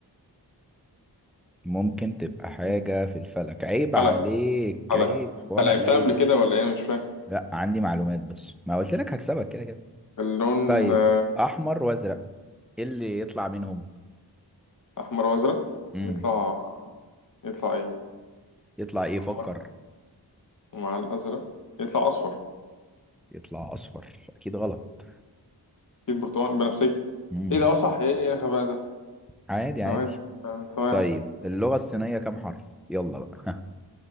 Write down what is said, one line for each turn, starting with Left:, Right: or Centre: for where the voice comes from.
Centre: ممكن تبقى حاجة
Left: مم.
Centre: في الفلك عيب
Left: فلك
Centre: عليك
Left: فلك
Centre: عيب وأنا
Left: أنت لعبتها
Centre: قليل
Left: قبل كده ولا إيه أنا مش فاهم
Centre: لا عندي معلومات بس ما قلت لك هكسبك كده كده
Left: اللون
Centre: طيب
Left: آه،
Centre: احمر وازرق ايه اللي يطلع منهم
Left: الأحمر وأزرق
Centre: امم
Left: يطلع يطلع إيه
Centre: يطلع ايه
Left: أحمر
Centre: فكر
Left: مع الأزرق يطلع أصفر
Centre: يطلع اصفر اكيد غلط
Left: أكيد برتقاني بنفسجي
Centre: امم
Left: إيه ده أصح إيه إيه الغباء ده
Centre: عادي
Left: ثواني
Centre: عادي
Left: آه، تمام
Centre: طيب اللغة الصينية كام حرف يلا بقى